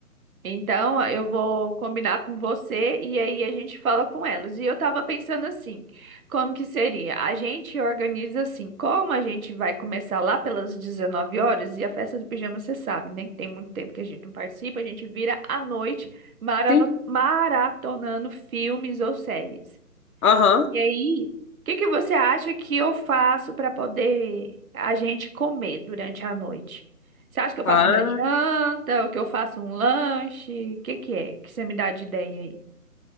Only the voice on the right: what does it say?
Então, eu vou combinar com você e aí a gente fala com elas. E eu tava pensando assim, como que seria? A gente organiza assim, como a gente vai começar lá pelas 19 horas e a festa do pijama, você sabe, né? que Tem muito tempo que a gente não participa, a gente vira à noite marano-
maratonando filmes ou séries.
E aí, o que que você acha que eu faço para poder a gente comer durante a noite? Você acha que eu faço
uma janta, ou que eu faço um lanche? O que que é? Que você me dá de ideia aí?